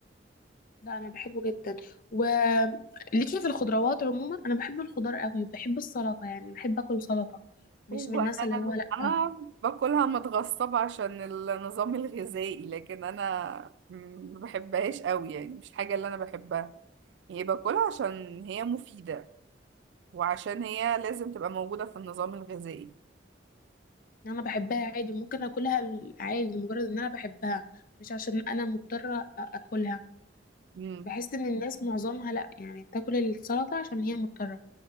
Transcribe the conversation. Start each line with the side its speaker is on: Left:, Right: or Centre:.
Left: لا انا بحبه جدا وليكي في الخضروات عموما انا بحب الخضار قوي وبحب السلطه يعني بحب اكل سلطه مش
Right: هو
Left: من الناس
Right: انا
Left: اللي هو لا
Right: انا باكلها متغصبة عشان النظام الغذائي لكن انا م- ما بحبهاش قوي يعني مش الحاجة اللي انا بحبها هي باكلها عشان هي مفيدة وعشان هي لازم تبقى موجودة في النظام الغذائي
Left: إن انا بحبها عادي ممكن اكلها عادي لمجرد ان انا بحبها مش عشان انا مضطره أ- اكلها
Right: امم
Left: بحس ان الناس معظمها لا يعني تاكل السلطه عشان هي مضطره